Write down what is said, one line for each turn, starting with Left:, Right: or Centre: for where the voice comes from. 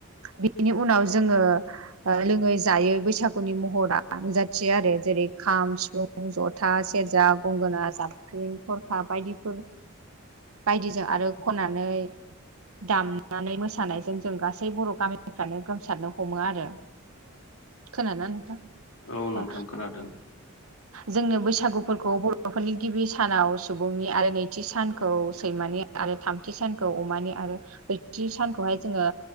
Right: बिनि उनाव जोंङो ओ लोङै जायै बैसागुनि महरा नु जाथियो आरो जेरै खाम, सिफुं, जथा, सेरजा, गंगोना जाब स्रिं थरखा बायदिफोर बायदिजों आरो खननानै दामनानै मोसानायजों जों गासै बर गामिफ्रानो गोमसारनो हमो आरो। खोनादोंना नोंथां?
Left: औ नोंथां
Right: अ
Left: खोनादों
Right: जोंनो बैसागुफोरखौ बर'फोरनि गिबि सानाव सुबुंनि आरो नैथि सानखौ सैमानि आरो थामथि सानखौ अमानि आरो बैथि सानखौहाय जोंङो